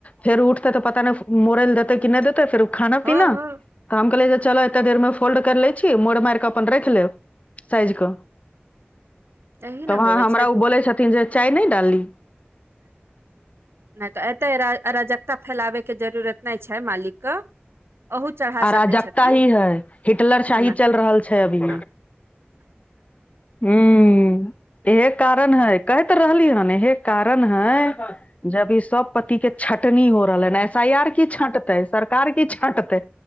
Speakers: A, on the left; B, on the right.
A: फेर उठतै तऽ पता नै मुड़ै लए देतै कि नै देतै फेर खाना
B: हँ
A: पीना
B: हँ
A: तऽ हम कहलियए जे चलऽ एतेक देरमे फोल्ड करि लै छी मोड़ मैरकऽ अपन राखि लेब साइजके
B: एही न
A: तऽ वहाँ
B: होवे
A: हमरा
B: छै
A: ओ बोलै छथिन जे चाय नैडालली
B: नै तऽ एतऽ अराजकता फैलाबैके जरूरत नै छै मालिक के अहू चढ़ा
A: अराजकता
B: सकै छथिन
A: ही है हिटलर साही
B: ओना
A: चल रहल छै अभी
B: हँ
A: हुॅं इहे कारण हय कैह त रहलीहेन इहे कारण है जे अभी ई सब पति के छटनी हो रहलै ह ऐस एफ आई आर की छाँटतै सरकार की छटतै